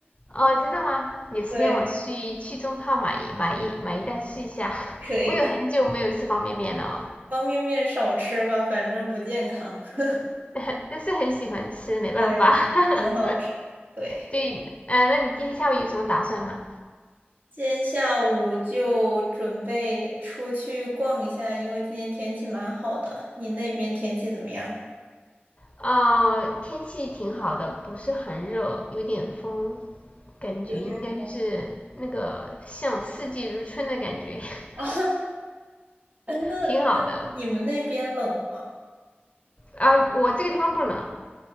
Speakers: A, on the left; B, on the right.
A: 哦，真的吗？
B: <laughs>
A: 有时间我去去中超买一买一买一袋试一下。
B: 对，可以可以，
A: <laughs> 我有很久没有吃方便面了，
B: 方便面少吃吧，反正不健康。<laughs>
A: <laughs> 但是很喜欢吃，没办法。
B: 对，
A: <laughs>
B: 很好吃。对。
A: 对，呃，那你今天下午有什么打算吗？
B: 今天下午就准备出去逛一下，因为今天天气蛮好的。你那边天气怎么样？
A: 呃，天气挺好的，不是很热，有点风，感觉应该就是那个像四季如春的感觉，
B: 有点 <laughs>
A: <laughs>
B: 啊，那
A: 挺好的。
B: 那你们那边冷吗？
A: 啊，我这个地方不冷，